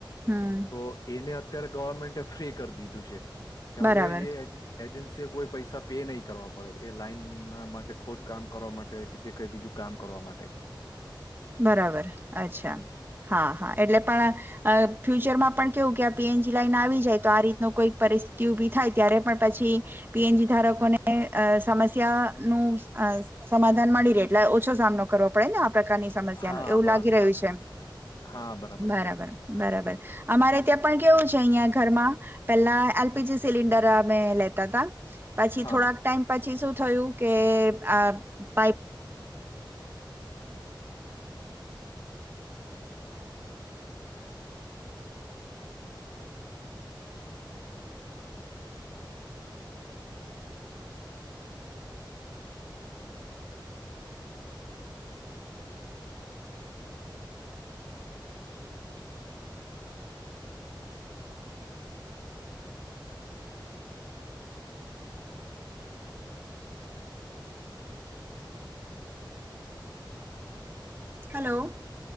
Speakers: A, on the right; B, on the left.
A: હમ
B: તો એને અ અત્યારે ગવર્મેન્ટ ફ્રી કર દીધું છે. કે
A: બરાબર
B: હવે એ એજી એજન્સી એ કોઈ પૈસા પે નહીં કરવા પડે એ લાઈન ના માટે ખોદ કામ કરવા માટે કે જે કઈ બીજું કામ કરવા માટે.
A: બરાબર અચ્છા
B: હમ.
A: હા હા એટલે પણ અહ ફ્યુચરમાં પણ કેવું કે આ પી એન જી લાઈન આવી જાય તો આ રીતનો કોઈક પરિસ્થિતિ ઉભી થાય ત્યારે પણ પછી પી એ નજી ધારકોને અહ સમસ્યા નું અહ સમાધાન મળી રહે એટલે ઓછો સામનો કરવો પડે ને આ પ્રકારની સમ્યા
B: હા
A: ન એવું
B: બસ
A: લાગી રહ્યું
B: બસ
A: છે,
B: બસ હા
A: બરાબર
B: છે
A: બરાબર અમારે ત્યાં પણ કેવું છે અહિયાં ઘરમાં, પેલા એલ પી જી સિલિન્ડર અમે લેતા તા. પછી
B: હા
A: થોડાક ટાઈમ પછી શું થયું કે આ પાઈપ હલો.